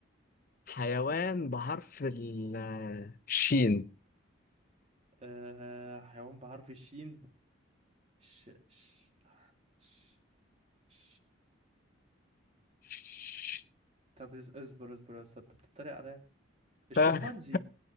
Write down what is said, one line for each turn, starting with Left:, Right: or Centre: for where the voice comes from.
Left: حيوان بحرف ال- الشين
Right: آه حيوان بحرف الشين ش ش ش ش
Left: ش-
Right: ش طب اس- اصبر اصبر يا استاذ انت بتتريق عليا الشمبانزي
Left: ها